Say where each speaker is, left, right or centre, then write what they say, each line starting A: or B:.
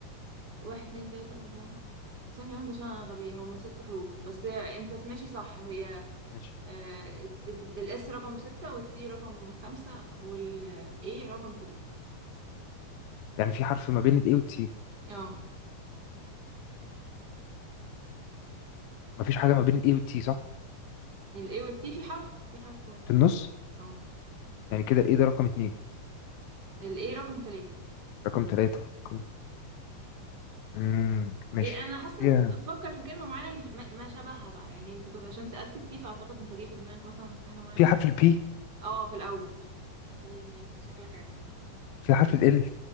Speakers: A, on the right; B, on the left.
A: واحد اتنين تلاتة أربعة ثانية واحدة عشان أنا غبية هما ست حروف بس آه، أنت ماشي صح هي
B: ماشي
A: آه ال- ال- الإس رقم ستة والتي رقم خمسة والإيه رقم ثلاثة
B: يعني في حرف ما بين الاي والتي
A: اه
B: مفيش حاجة ما بين الاي والتي صح
A: الإيه والتي في حرف في حرف واحد
B: في النص
A: اه
B: يعني كده الاي ده رقم اتنين
A: الإيه رقم ثلاثة
B: رقم تلاتة رقم- امم ماشي
A: هي انا حاسه
B: فيها
A: انت كنت بتفكر في كلمه معينه هي- ما ما شبهها بقى يعني انت كنت عشان سالت التي فاعتقد انت جه في دماغك مثلا حاجه معينه
B: في حرف البي
A: اه في الاول إيه، شكلك عرفتها
B: في حرف ال ال